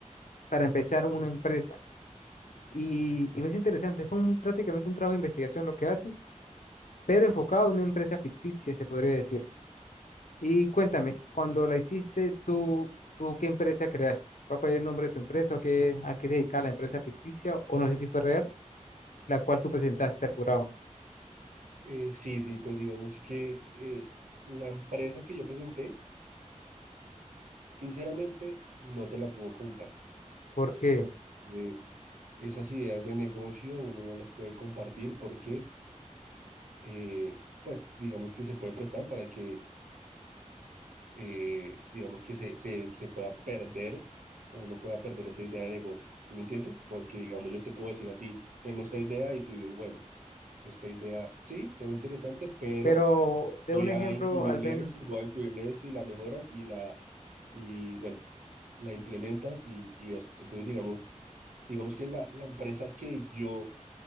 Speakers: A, on the left; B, on the right.
A: para empezar una empresa. Y, y es interesante, es como un- prácticamente un trabajo de investigación lo que haces, pero enfocado a una empresa ficticia, se podría decir. Y cuéntame, cuando la hiciste, ¿tú, tú qué empresa creaste? ¿Cuál fue el nombre de su empresa o qué, a qué se dedicaba la empresa ficticia? O no sé si fue real, la cual tú presentaste al jurado.
B: Eh, sí, sí, pues digamos que eh, la empresa que yo presenté, Sinceramente, no te la puedo contar.
A: ¿Por qué?
B: porque esas ideas de negocio uno no las puede compartir porque, eh, pues, digamos que se puede prestar para que, eh, digamos que se, se, se pueda perder o uno pueda perder esa idea de negocio. ¿Sí me entiendes? Porque, digamos, yo te puedo decir a ti, tengo esta idea y tú dices, bueno, esta idea sí, suena interesante, pero
A: Pero de
B: Voy
A: un ejemplo,
B: a incluirle
A: al ver
B: esto, voy a incluirle esto y la mejoras y la, y bueno, la implementas y, y eso. Entonces, digamos, digamos que la, la empresa que yo